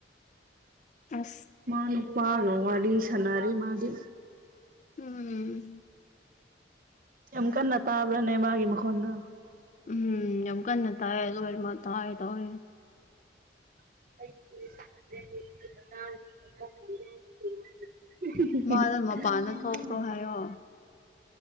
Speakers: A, on the left; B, on the right.
A: ꯅꯁ
B: ꯃꯥ ꯅꯨꯄꯥ ꯔꯣꯋꯥꯂꯤ ꯁꯅꯔꯤ ꯃꯥꯗꯤ
A: ꯎꯝ
B: ꯌꯥꯝ ꯀꯟꯅ ꯇꯥꯕ꯭ꯔꯅꯦ ꯃꯥꯒꯤ ꯃꯈꯣꯟꯅ
A: ꯎꯝ ꯌꯥꯝꯝ ꯀꯟꯅ ꯇ ꯔꯃ ꯇ ꯇꯌꯦ
B: ꯑꯩ <inaudible>
A: ꯃꯥꯗꯣ ꯃꯄꯥꯟꯗ ꯊꯣꯛꯈ꯭ꯔꯣ ꯍꯥꯏꯌꯣ